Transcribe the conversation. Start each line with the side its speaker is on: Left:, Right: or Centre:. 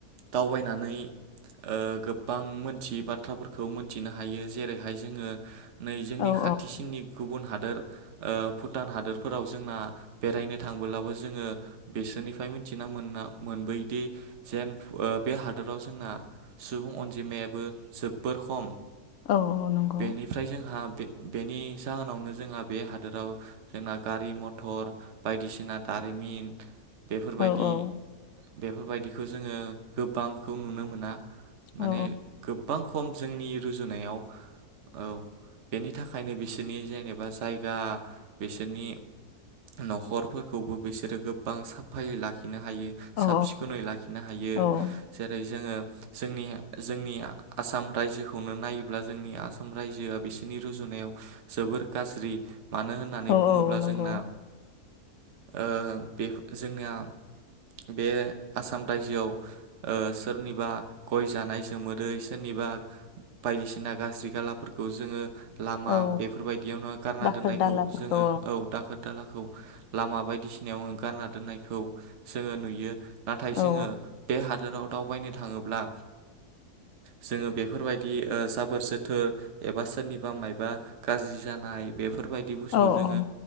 Right: दावबायनानै ओ गोबां मोनथियै बाथ्राफोरखौ मोनथिनो हायो जेरैहाय जोङो नै
Left: औ
Right: जोंनि
Left: औ
Right: खाथिसिननि गुबुन हादर हादोर ओ भुटान हादोरफोराव जोंना बेरायनो थांबोलाबो जोङो बिसोरनिफ्राय मिथिना मोनना मोनबोयोदि जेन ओ बे हादोराव जोंना सुबुं अनजिमायाबो जोबबोर खम
Left: औ औ नंगौ
Right: बेनिफ्राय जोंहा बे बेनि जाहोनावनो जोंहा बे हादोराव जोंना गारि मथर, बायदिसिना दारिमिन बेफोरबायदि
Left: औ औ
Right: बेफोरबायदिखौ जोङो गोबांखौ नुनो मोना। माने
Left: औ
Right: गोबां खम जोंनि रुजुनायाव औ बेनि बिनि थाखायनो बिसोरनि जेनेबा जायगा, बिसोरनि नखरफोरखौबो बिसोरो गोबां साफायै लाखिनो हायो। साब
Left: औ
Right: सिखोनै लाखिनो हायो
Left: औ
Right: जेरै जोङो जोंनि जोंनि आसाम रायजोखौनो नायोब्ला जोंनि आसाम रायजोआ बिसोरनि रुजुनायाव जोबोर गाज्रि। मानो होननानै
Left: औ
Right: बुङोब्ला
Left: औ नंगौ
Right: जोंना ओ बे जोंनिया बे आसाम रायजोआव ओ सोरनिबा गय जानाय जोमोदै सोरनिबा बायदिसिना गाज्रि गालाफोरखौ जोङो लामा
Left: औ
Right: बेफोरबायदियावनो गारना
Left: दाखोर
Right: दोननायखौ
Left: दालाफोरखौ
Right: जोङो औ दाखोर दालाखौ लामा बायदिसिनायाव गारना दोननायखौ जोङो नुयो नाथाय
Left: औ
Right: जोङो बे हादोराव दाव बायनो थाङोब्ला जोङो बेफोरबायदि जाबोर जोथोर एबा सोरनिबा मबा गाज्रि जानाय बेफोर बेफोरबायदि बुस्थु
Left: औ
Right: जोङो
Left: औ